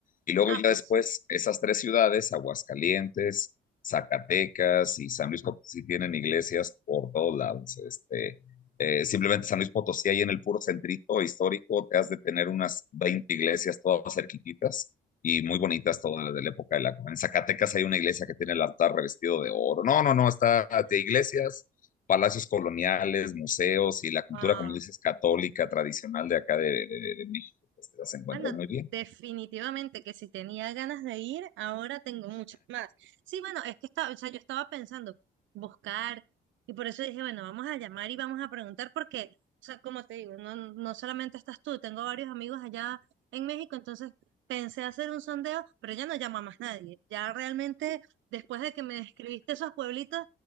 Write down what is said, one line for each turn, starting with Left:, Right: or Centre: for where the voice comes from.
Left: Y luego
Right: ah,
Left: ya
Right: pues,
Left: después, esas tres ciudades, Aguascalientes, Zacatecas y San Luis Potosí, tienen iglesias por todos lados. Este, eh, simplemente San Luis Potosí, ahí en el puro centrito histórico, te has de tener unas 20 iglesias todas cerquititas y muy bonitas todas de la época de la... En Zacatecas hay una iglesia que tiene el altar revestido de oro. No, no, no, está de iglesias, palacios coloniales, museos y la cultura,
Right: wow.
Left: como dices, católica, tradicional de acá de, de, de México, pues te las encuentras
Right: Bueno,
Left: muy bien.
Right: definitivamente que si tenía ganas de ir, ahora tengo muchas más. Sí, bueno, es que estaba, o sea, yo estaba pensando buscar y por eso dije, bueno, vamos a llamar y vamos a preguntar porque, o sea, como te digo, no, no solamente estás tú, tengo varios amigos allá en México, entonces pensé hacer un sondeo, pero ya no llamo a más nadie. Ya realmente, después de que me describiste esos pueblitos,